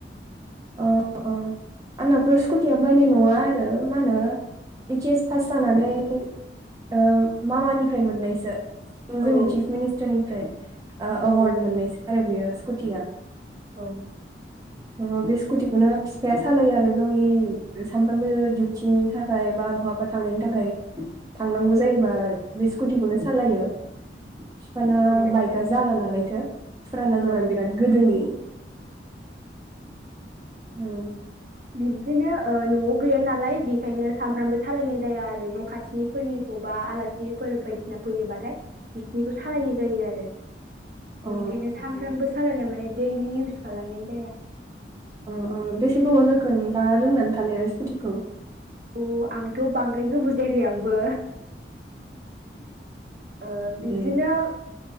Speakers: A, on the right; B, on the right.
A: औ औ आंहथ' स्कुटिया बायनाय नङा आरो मा होनो एइच एस पास जानानै ओ मामानिफ्राय मोननायसो। उम जोंनि
B: औ
A: चिफ मिनिस्टारनिफ्राय एवार्ड
B: औ
A: मोननायसै आरो बेयो स्कुटिया।
B: औ
A: अ बे स्कुटि खाथिनि थाखाय बा बहाबा थांनायनि थाखाय थांनांगौ
B: औ
A: जायोबा बे स्कुटिखौनो सालायो। फिफाना
B: औ
A: बाइकआ जाला नालायथो फुराना
B: औ
A: जाबाय बिराद गोदोनि। उम
B: बिब्दिनो ओ न'आव गैया नालाय बेखायनो सानफ्रामबो सालायनाय जाया आरो न' खाथिनिफोरनि सोरखौबा आलासिफोर बायदिसिना फैयोबाथाय बिसिनिखौ सालायनाय जायो आरो।
A: अ
B: बिनिखायनो सानफ्रामबो सालायनाय माने दैलि इउस खालामनाय जाया।
A: औ औ बेसे गोबाव जाखो नोंथांआ रोंनानै थानाया आरो स्कुटिखौ।
B: अ आंथ' बांद्राय गोबाव जायाखै आंबो। ओ बिदिनो
A: दे